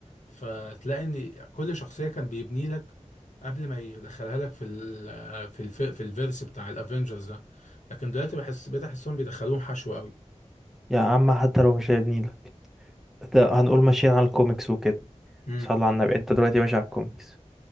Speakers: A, on the left (about 80°); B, in the centre.
A: فتلاقي ان كل شخصيه كان بيبني لك قبل ما يدخلها لك في ال آه، في الف في الفيرس بتاع الافنجرز ده لكن دلوقتي بحس بقيت احسهم بيدخلوهم حشو قوي
B: يا عم حتى لو مش هيبنيلك ده هنقول ماشيين على الكوميكس وكده
A: امم
B: صلى على النبي انت دلوقتي ماشي على الكوميكس